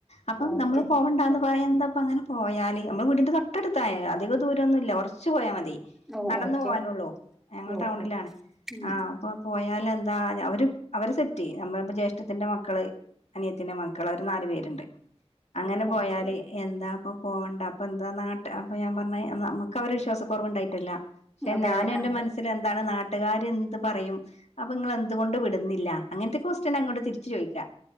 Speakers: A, on the left; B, in the centre.
A: അപ്പം നമ്മള്
B: ഓക്കെ
A: പോവണ്ടാന്ന്. പോയ എന്താപ്പ അങ്ങനെ പോയാല് നമ്മളെ വീടിന്റെ തൊട്ടടുത്തായി അധികം ദൂരൊന്നുല്ല കൊറച്ച് പോയാ മതി
B: ഓ
A: നടന്ന്
B: ഓക്കെ
A: പോകാനുള്ളൂ ഞങ്ങള്
B: ഓ
A: ടൗണിലാണ്
B: ഓ ഉം
A: ആ അപ്പൊ പോയാല് എന്താ അവര് അവര് സെറ്റ് ചെയ്യും നമ്മളിപ്പോ ജ്യേഷ്ഠത്തിന്റെ മക്കള് അനിയത്തിന്റെ മക്കള് അവര് നാല് പേരുണ്ട് അങ്ങനെ
B: ഉം
A: പോയാല്
B: ഓക്കെ
A: എന്താ അപ്പം പോകണ്ട അപ്പം എന്താ നാട്ട് അപ്പോ ഞാൻ പറഞ്ഞ് നമ്മുക്ക് അവരെ വിശ്വാസക്കുറവ് ഉണ്ടായിട്ടല്ല ക്ഷെ
B: അതെ
A: ഞാന്
B: അതെ
A: ന്റെ
B: ആ
A: മനസ്സിൽ എന്താണ് നാട്ടുകാര് എന്ത് പറയും അപ്പ ഇങ്ങള് എന്ത് കൊണ്ട് വിടുന്നില്ല അങ്ങനത്തെ കൊസ്റ്റ്യൻ അങ്ങോട്ട് തിരി രിച്ച് ച്ചോയിക്കാ